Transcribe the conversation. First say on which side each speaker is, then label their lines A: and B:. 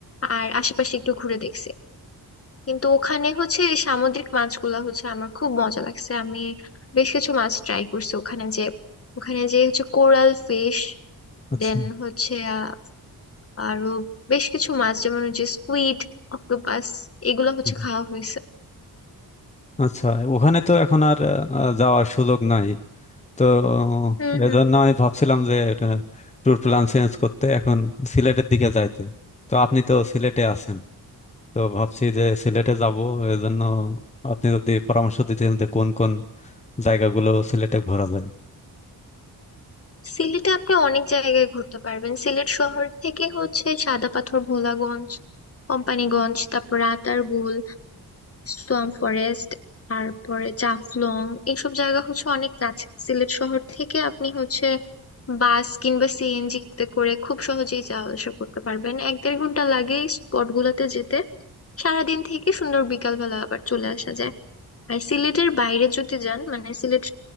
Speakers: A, on the left; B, on the left.
A: আর আশেপাশে একটু ঘুরে দেখছি কিন্তু ওখানে হচ্ছে এই সামুদ্রিক মাছগুলা হচ্ছে আমার খুব মজা লাগছে আমি বেশ কিছু মাছ ট্রাই করছি ওখানে যে ওখানে যে হচ্ছে কোরাল ফিশ
B: আচ্ছা
A: দেন হচ্ছে আহ, আরো বেশ কিছু মাছ যেমন হচ্ছে স্কুইড অক্টোপাস এগুলো হচ্ছে
B: হুম।
A: খাওয়া হয়েছে
B: আচ্ছা ওখানে তো এখন আর আহ, যাওয়ার সুযোগ নাই তো
A: হুম
B: এজন্য
A: হুম
B: আমি ভাবছিলাম যে এটা ট্যুর প্ল্যান চেঞ্জ করতে এখন সিলেটের দিকে যাইতে তো আপনি তো সিলেটে আছেন তো ভাবছি যে সিলেটে যাব এজন্য আপনি যদি পরামর্শ দিতেন যে কোন কোন জায়গাগুলো সিলেটে ঘোরা যায়
A: সিলেটে আপনি অনেক জায়গায় ঘুরতে পারবেন সিলেট শহর থেকে হচ্ছে সাদা পাথর ভোলাগঞ্জ কোম্পানিগঞ্জ তারপর রাতারগুল সোয়াম ফরেস্ট তারপরে জাফলং এইসব জায়গা হচ্ছে অনেক কাছে সিলেট শহর থেকে আপনি হচ্ছে বাস কিংবা সিএনজি তে করে খুব সহজেই যাওয়া আসা করতে পারবেন এক দেড় ঘন্টা লাগে স্পট গুলাতে যেতে সারাদিন থেকে সুন্দর বিকাল বেলা আবার চলে আসা যায় আর সিলেটের বাইরে যদি যান মানে সিলেট